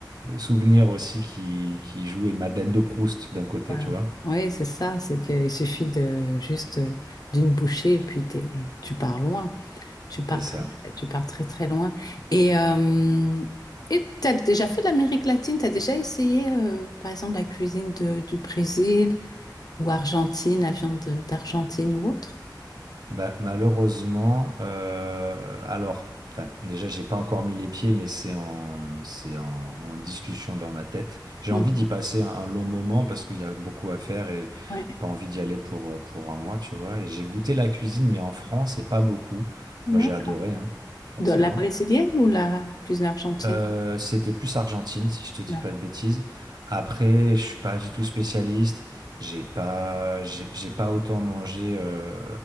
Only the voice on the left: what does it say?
Voilà.
Ouais, c'est ça, c'est qu'il suffit de juste euh, d'une bouchée et puis t'es- tu pars loin, tu pars
très, très- tu pars très très loin. Et euh, et t'as déjà fait l'Amérique latine? T'as déjà essayé, euh, par exemple, la cuisine de- du Brésil ou Argentine, la viande de- d'Argentine ou autre?
Mmh.
Ouais,
d'accord.
Dans la brésilienne ou la cuisine argentine?
D'accord.